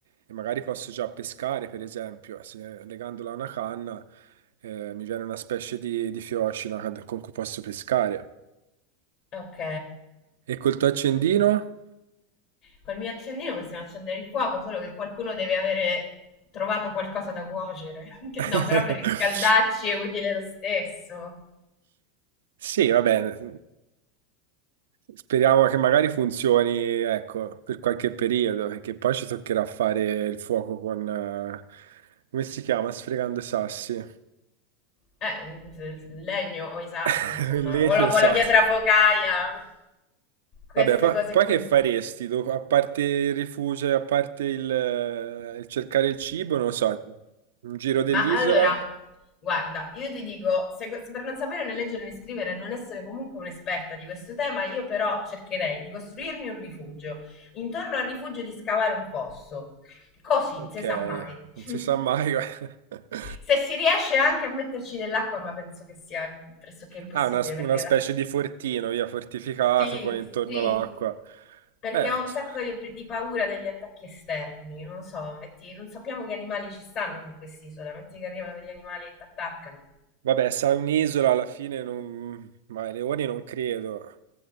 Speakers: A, on the right; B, on the left.
A: e magari posso già pescare, per esempio. eh, Se legandola a una canna, eh, mi viene una specie di, di fiocina con con cui posso pescare.
B: Ok.
A: E col tuo accendino?
B: Col mio accendino possiamo accendere il fuoco, solo che qualcuno deve avere trovato qualcosa da cuocere. <laughs> Che-
A: <laughs>
B: No, però per riscaldarci è utile lo stesso.
A: Sì, va bene. Speriamo che magari funzioni, ecco, per qualche periodo, perché poi ci toccherà fare il fuoco con, eh, come si chiama? Sfregando i sassi.
B: Eh, il legno o i sassi,
A: <laughs>
B: insomma,
A: Il legno
B: o la,
A: e i
B: o
A: sassi.
B: la pietra focaia, queste
A: Vabbè, poi,
B: cose
A: poi
B: qui.
A: che faresti? dopo- a parte il rifugio, e a parte il, eh, il cercare il cibo, non lo so, un giro dell'isola?
B: Ma allora, guarda, io ti dico, se, se per non sapere né leggere né scrivere e non essere comunque un'esperta di questo tema, io però cercherei di costruirmi un rifugio. Intorno al rifugio di scavare un fosso. Così,
A: Ok,
B: non si sa mai.
A: non
B: <laughs>
A: si sa mai. <laughs>
B: se si riesce anche a metterci dell'acqua, ma penso che sia pressoché impossibile
A: Ah, una, sp-
B: perché
A: una specie
B: la...
A: di fortino, via, fortificato
B: Sì,
A: con intorno
B: sì,
A: l'acqua.
B: perché
A: Eh,
B: ho un
A: c-
B: sacco di, di paura degli attacchi esterni, non lo so, metti- non sappiamo che animali ci stanno su quest'isola, metti che arrivano degli animali e ti attaccano.
A: vabbè, sarà un'isola alla fine, non... ma i leoni non credo,